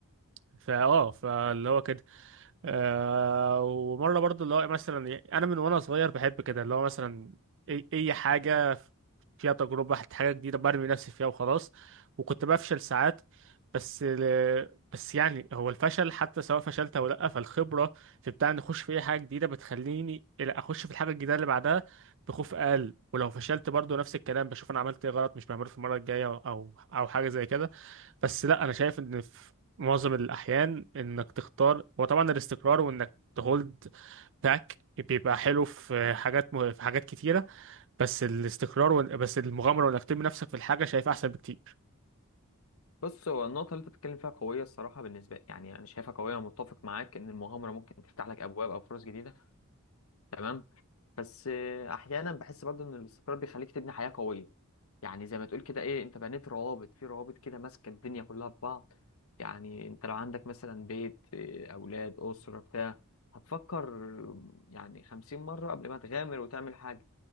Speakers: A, on the right; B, on the left.
A: فاه فاللي هو كان آه ومره برضو اللي هو مثلا يعني انا من وانا صغير بحب كده اللي هو مثلا اي أي حاجه فيها تجربه حاجه جديده برمي نفسي فيها وخلاص وكنت بفشل ساعات بس بس يعني هو الفشل حتى سواء فشلت او لا فالخبره في بتاع ان اخش في اي حاجه جديده بتخليني إلى اخش في الحاجه الجديده اللي بعدها بخوف اقل ولو فشلت برضو نفس الكلام بشوف انا عملت ايه غلط مش بعمله في المره الجايه او او أو حاجه زي كده بس لا انا شايف ان معظم الأحيان إنك تختار وطبعا الاستقرار وإنك تهولد باك بيبقى حلو في حاجات مه... في حاجات كتيرة بس الاستقرار وإن... بس المغامرة وإنك ترمي نفسك في الحاجة شايفها أحسن بكتير
B: بص هو النقطة اللي انت بتتكلم فيها قوية الصراحة بالنسبة لي يعني انا شايفها قوية ومتفق معاك ان المغامرة ممكن تفتح لك ابواب او فرص جديدة تمام بس آه، احيانا بحس برضه ان الاستقرار بيخليك تبني حياة قوية يعني زي ما تقول كده ايه انت بنيت روابط في روابط كده ماسكه الدنيا كلها ببعض يعني انت لو عندك مثلا بيت إيه، اولاد اسره بتاع هتفكر يعني خمسين مره قبل ما تغامر وتعمل حاجه